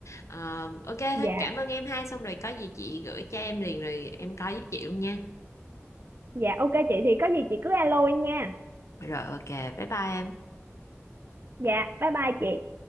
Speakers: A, on the left (about 80°); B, on the right (about 50°).
A: Ờ, ok thôi
B: dạ
A: cảm ơn em ha xong rồi có gì chị gửi cho em liền rồi em coi giúp chị luôn nha
B: dạ ok chị thì có gì chị cứ alo em nha
A: rồi ok bye bye em
B: dạ bye bye chị